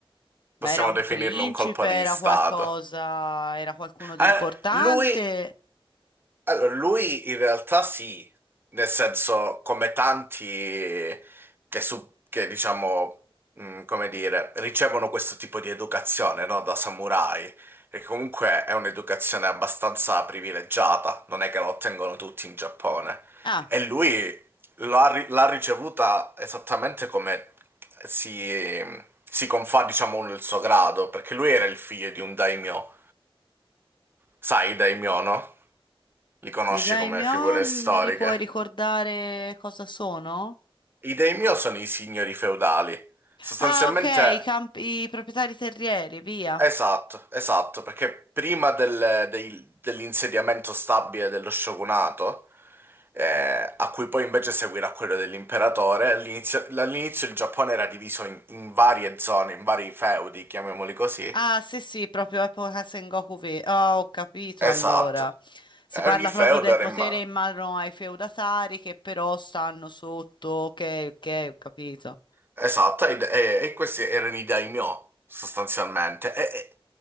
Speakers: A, on the right; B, on the left.
A: possiamo
B: Ma era un
A: definirlo
B: principe,
A: un colpo
B: era
A: di stato.
B: qualcosa, era qualcuno di
A: Eh,
B: importante?
A: lui Allora, lui in realtà sì, nel senso come tanti che, su- che, diciamo, mh, come dire, ricevono questo tipo di educazione, no, da samurai, perché comunque è un'educazione abbastanza privilegiata, non è che la ottengono tutti in Giappone.
B: Ah,
A: E lui l'ha ri- l'ha ricevuta esattamente come si, si confà, diciamo, il suo grado, perché lui era il figlio di un daimyo, sai, i daimyo, no? Li conosci
B: i daimyo,
A: come figure
B: mi
A: storiche.
B: ri- puoi ricordare cosa sono?
A: I dei mio sono i signori feudali. Sostanzialmente,
B: Ah, ok, i, camp- i proprietari terrieri, via.
A: esatto, esatto, perché prima del- dei- dell'insediamento stabile dello shogunato, eh, a cui poi invece seguirà quello dell'imperatore, all'inizio all'inizio il Giappone era diviso in, in varie zone, in vari feudi, chiamiamoli così.
B: Ah, sì, sì, proprio epoca Sengoku V. Oh, ho capito
A: Esatto.
B: allora. Si
A: E
B: parla
A: Ogni feudo
B: proprio del
A: era
B: potere
A: in mano.
B: in mano ai feudatari che però stanno sotto. Ok, ok, ho capito.
A: Esatto, e, e- e questi erano i daimyo, sostanzialmente. E, e